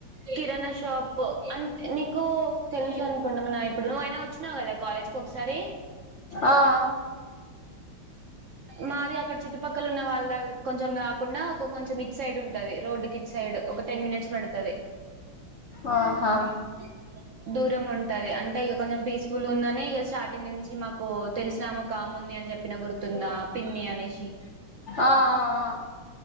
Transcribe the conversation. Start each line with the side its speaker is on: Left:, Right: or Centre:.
Right: కిరాణషాప్ అంట్ నీకు తెలసనుకుంటా మనా ఇప్పుడు అయినా వచ్చినవు కదా కాలేజ్కి ఒకసారి
Left: ఆ ఆ
Right: మాది అక్కడ చుట్టుపక్కల ఉన్న వాళ్ళ కొంచెం గాకుండా ఒక కొంచెం ఇట్ సైడ్ ఉంటది రోడ్డుకి సైడ్ ఒక టెన్ మినిట్స్ పడుతది
Left: ఆహా
Right: <inaudible> దూరం ఉంటది అంటే ఇగ కొంచెం పీస్ఫుల్గ ఉందని ఇగ స్టార్టింగ్ నుంచి మాకు తెలిసినామొకామే ఉందని చెప్ పిన గుర్తుందా పిన్ని అనేషి
Left: ఆ ఆ ఆ